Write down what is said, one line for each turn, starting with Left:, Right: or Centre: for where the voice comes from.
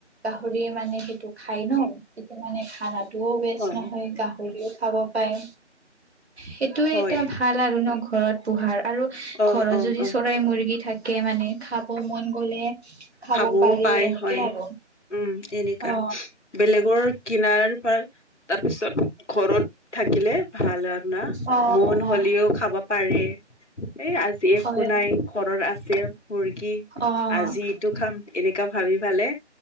Right: গাহৰি মানে সেইটো খাই ন। তেতিয়া মানে খানাটোও বেষ্ট
Left: হয়
Right: নহয় গাহৰিও খাব পায়। সেইটোয়ে
Left: হয়
Right: এটা ভ ঘৰত পোহাৰ আৰু
Left: অ
Right: ঘৰত
Left: অ
Right: যদি
Left: অ।
Right: চৰাই মৰ্গী থাকে মানে খ মন গ'লে খাব
Left: খাবও
Right: পাৰি
Left: পাই
Right: এনেকে
Left: হয়
Right: আৰু
Left: উম এনেকা
Right: অ
Left: বেলেগৰ কিনাৰ পৰা তাৰপিছত ঘৰত থাকিলে ভাল আৰু না
Right: অ
Left: মন
Right: অ
Left: হ'লেও খাব পাৰে। এ আজি একো
Right: হয়
Left: নাই ঘৰত আছে। মৰ্গী
Right: অ
Left: আজি এইটো খাম এনেকা ভাবি ফালে